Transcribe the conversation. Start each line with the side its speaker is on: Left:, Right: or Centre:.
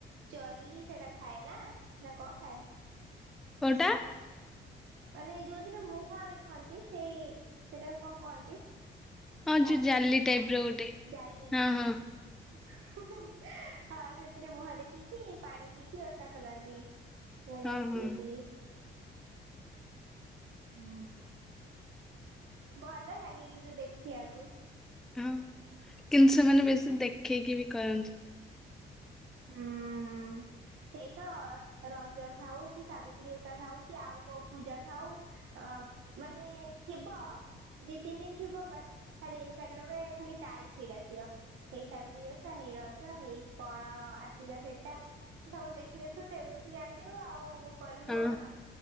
Right: ଜଲ୍ନ ସେଟା ଥାଏ ନା ନା କଣ ଥାଏ।
Centre: କୋଟା।
Right: ମାନେ ଯୋଉଥିରେ ମୁହଁ ଦେଖନ୍ତି ସେଇ ସେଟା କଣ କୁହନ୍ତି।
Centre: ହଁ
Right: ଚାଲୁଣି
Centre: ଯୋଉ ଜାଲି ଟାଇପ ର ଗୋଟେ
Right: ଜାଲି
Centre: ହଁ ହଁ।
Right: ହଁ ସେଥିରେ ମୁହଁ ଦେଖିକି ପାଣି ପିଇକି ଓଷା ଖୋଲନ୍ତି। ମୁ ଜାଣିଛି
Centre: ହଁ ହଁ
Right: ଏତିକି। ହ ଭଲ ଲାଗେ କିନ୍ତୁ ଦେଖିବାକୁ।
Centre: ହଁ କିନ୍ତୁ ସେମାନେ ବେଶୀ ଦେଖେଇକି ବି କରନ୍ତିନି।
Right: ହୁଁ ସେଇ ତ ରଜ ଥାଉ କି ସାବିତ୍ରୀ ଓଷା ଥାଉ କି ଆଉ କୋଉ ପୂଜା ଥାଉ ଅ ମାନେ ଥିବ ଦି ତିନି ଦିନ ଥିବ ବା ଖାଲି ଇନଷ୍ଟାଗ୍ରାମ ରେ ଖାଲି ତାରି ଫିଡ ଆସିବ, ହେଇ ସାବିତ୍ରୀ ଓଷା, ହେଇ ରଜ, ହେଇ କଣ। ଆସିଲା ସେଇଟା ସବୁ ଦେଖି ଦେଖୁ ସେଇଠୁ ତ ଜାଣିିଜିବୁ ଆଉ। କରିବୁ
Centre: ହଁ
Right: କଣ?